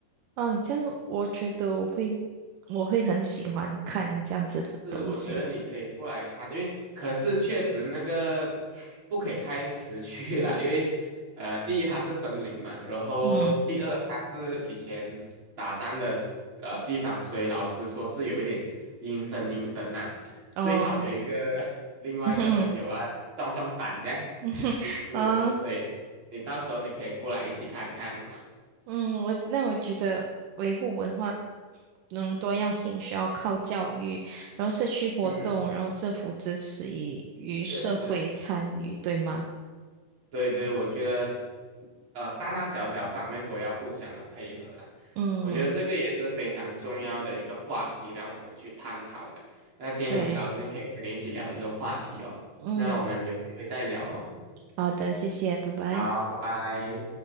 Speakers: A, on the right (about 75°); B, on the right (about 35°).
A: 嗯，这样我觉得我会我会很喜欢看这样子的东西，
B: 是，我觉得你可以过来看，因为可是确实那个 <sucks teeth> 不可以太持续了，因为呃，第一它是森林嘛，然后第二它是以前打仗的呃地方，
A: 嗯
B: 所以老师说是有一点阴森阴森呐、
A: 哦，
B: 最好有一个 <laughs> 另外一个朋友啊壮壮胆这样，
A: <laughs> 嗯哼，嗯。
B: <laughs> 是，
A: 啊
B: 对，你到时候你可以过来一起看看，
A: 嗯，我那我觉得维护文化嗯多样性需要靠教育，然后社区活动，
B: 嗯，
A: 然后政府支持与与社会参与，
B: 确实。
A: 对吗？
B: 对对，我觉得，呃，大大小小方面都要互相的配合啦。
A: 嗯，
B: 我觉得这个也是非常重要的一个话题，让我们去探讨的。那今天很高兴可以跟你一起聊这个话题哦。
A: 对，嗯，
B: 那我们有机会再聊喽。
A: 好的，谢谢，拜拜。
B: 好，拜拜。